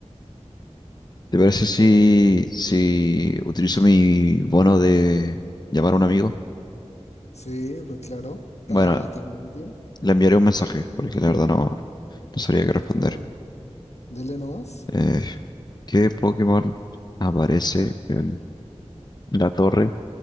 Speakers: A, on the left (about 35°); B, on the left (about 70°).
A: ¿te parece si, si utilizo mi bono de llamar a un amigo?
B: Sí, pues claro. Está
A: Bueno,
B: está permitido.
A: le enviaré un mensaje porque la verdad no, no sabría qué
B: Por
A: responder.
B: favor, dele nomás.
A: Eh, ¿qué Pokémon aparece en la torre